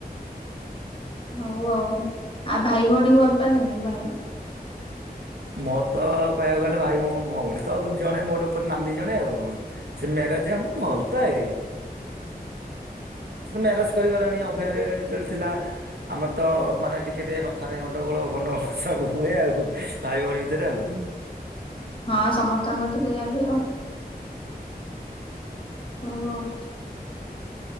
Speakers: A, on the left; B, on the right.
A: ହଉ ଆଉ, ଆଉ ଭାଇ ଭଉଣୀକୁ ଭଲ ପାଆନ୍ତିନି କି? ଭାଇ ଭଉଣୀ
B: ମୋର ତ କହିବାକୁ ଗଲେ, ଭାଇ ଭଉଣୀ ତ ଜଣେ ମୋଟେ ଉପରେ ନାନୀ ଜଣେ ଆଉ। ସେ ମ୍ୟାରେଜ ଯେ ହଁ ଭଲ ପାଏ। ମ୍ୟାରେଜ କରିଗଲାଣି, ଅଭିଆରି ଯେତେବେଳେ ଥିଲା। ଆମର ତ ମାନେ ଟିକେ ଟିକେ କଥାରେ ଗଣ୍ଡ ଗୋ ଳ ଫଣ୍ଡ ଗୋଳ ସବୁ ହୁଏ ଆଉ, ଭାଇ ଭଉଣୀ ଭିତରେ ଆଉ।
A: ହଁ ସମସ୍ତଙ୍କର ତ ଏଇଆ ହୁଏ ଆଉ। ହଉ ଆଉ।